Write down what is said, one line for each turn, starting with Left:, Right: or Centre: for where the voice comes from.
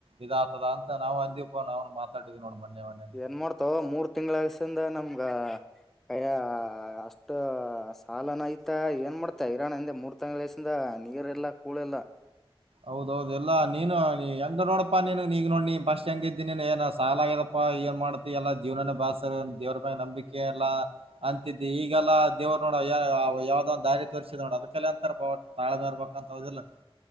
Right: ಇದ ಆತದ ಅಂತ ನಾವು ಅಂದೀವಪ ನಾವುನು ಮಾತಾಡಿದ್ವಿ ನೋಡ ಮನ್ನೆ ಅವನಿಗೆ
Centre: ಏನ್ ಮಾಡ್ತೊ ಮೂರ್ ತಿಂಗಾಳಸಿಂದ ನಮ್ಗ ಎ ಅಷ್ಟ್ ಸಾಲನೈತಾ ಏನ್ ಮಾಡ್ತ ಹೈರಾಣ ಅಂದೆ ಮೂರ ಗಳಸಿಂದ ನೀರ್ ಇಲ್ಲಾ ಕೂಳಿಲ್ಲಾ
Right: ಹೌದೌದು ಇಲ್ಲಾ ನೀನು ನಿಂದ ನೋಡಪಾ ನೀನ್ ನೀಗ ನೋಡಿ ನೀ ಫಸ್ಟ್ ಹೆಂಗ ಇದಿ ನೀನ್ ಏ ಸಾಲ ಆಗದಪ್ಪಾ ಏನ್ ಮಾಡ್ತಿ ಎಲ್ಲ ಜೀವನನೇ ಬ್ಯಾಸರ್ ದೇವ ನಂಬಿಕೆ ಇಲ್ಲಾ ಅಂತಿದ್ದಿ ಈಗೆಲ್ಲ ದೇವ್ರು ನೋಡ ಯಾವ್ದೊ ದಾರಿ ತೋರಿಸಿದ್ ನೋಡ ಅದ್ ಕಲ್ಲೆ ಅಂತಾರ ಪ ತಾಳದರ್ಬೇಕಂತ ಹೌದಿಲ್ಲಾ